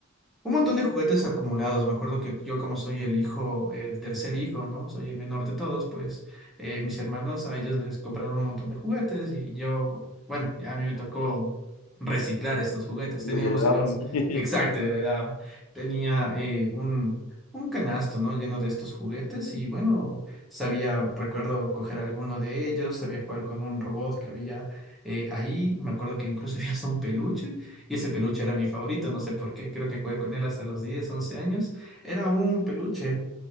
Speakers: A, in the centre; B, on the left.
A: un montón de juguetes acumulados. Me acuerdo que yo como soy el hijo, el tercer hijo, ¿no? Soy el menor de todos, pues eh, mis hermanos a ellos les compraron un montón de juguetes y yo, bueno, a mí me tocó reciclar estos juguetes.
B: ¿Los
A: Teníamos
B: heredabas?
A: en un,
B: <laughs>
A: exacto, de la edad, tenía eh, un, un canasto, ¿no? Lleno de estos juguetes y bueno, sabía, recuerdo coger alguno de ellos, sabía jugar con un robot que había eh, ahí. Me acuerdo que incluso <laughs> había hasta un peluche. Y ese peluche era mi favorito, no sé por qué, creo que jugué con él hasta los 10 11 años. Era un peluche